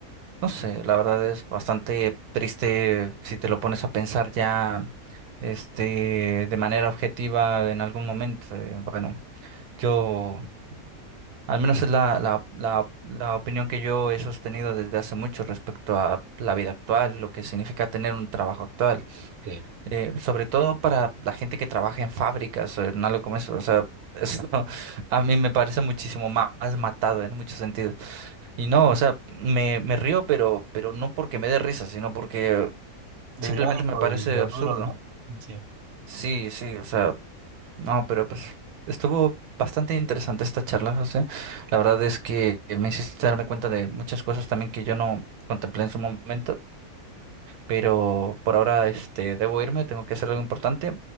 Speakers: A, on the right (about 85°); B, on the right (about 65°).
A: No sé, la verdad es bastante triste si te lo pones a pensar ya, este, de manera objetiva en algún momento. Eh, Bueno, yo, al menos es la, la, la, la opinión que yo he sostenido desde hace mucho respecto a la vida actual, lo que significa tener un trabajo actual.
B: Sí.
A: Eh, sobre todo para la gente que trabaja en fábricas o en algo como eso. O sea, eso <laughs> a mí me parece muchísimo más matado en muchos sentidos. Y no, o sea, me, me río, pero, pero no porque me dé risa, sino porque
B: Lo
A: simplemente
B: irónico
A: me parece
B: y lo
A: absurdo.
B: duro, ¿no? Sí.
A: Sí, sí, o sea, no, pero pues estuvo bastante interesante esta charla, José. La verdad es que me hiciste darme cuenta de muchas cosas también que yo no contemplé en su momento, pero por ahora este debo irme, tengo que hacer algo importante.